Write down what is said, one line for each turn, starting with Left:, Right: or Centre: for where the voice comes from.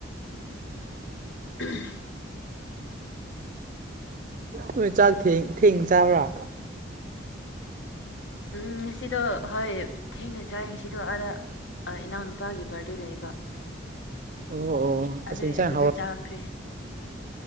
Left: ꯎꯝ
Right: ꯍꯣꯏ ꯆꯥꯛ ꯊꯦꯡ ꯊꯦꯡ ꯆꯥꯕ꯭ꯔꯥ
Left: ꯎꯝ ꯉꯁꯤꯗꫭ ꯍꯣꯏ ꯊꯦꯡꯅ ꯆꯥꯡꯁꯤꯗꯣ ꯑꯥꯗ ꯏꯅꯥꯎꯅꯨꯄꯥꯒꯤ ꯕꯥꯔꯗꯦ ꯂꯩꯕ
Right: ꯑꯣ ꯑꯣ ꯑꯁ
Left: ꯑꯗꯨꯏ
Right: ꯏꯟꯁꯥꯡ
Left: ꯑꯗꯨꯗ
Right: ꯍꯥꯎꯔ
Left: ꯆꯥꯈ꯭ꯔꯦ